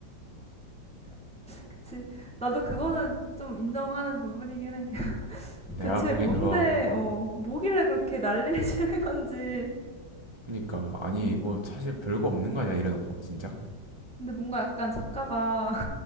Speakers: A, in the centre; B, on the right.
A: 그치. 나도 그거는 좀 인정하는 부분이긴 해. <laughs>
B: 내가
A: 대체
B: 보기엔
A: 뭔데,
B: 그거 어
A: 어, 뭐길래 그렇게 난리를 치는 건지.
B: 그니까 아니
A: 음.
B: 뭐 사실 별거 없는 거 아니야 이래놓고 진짜
A: 근데 뭔가 약간 작가가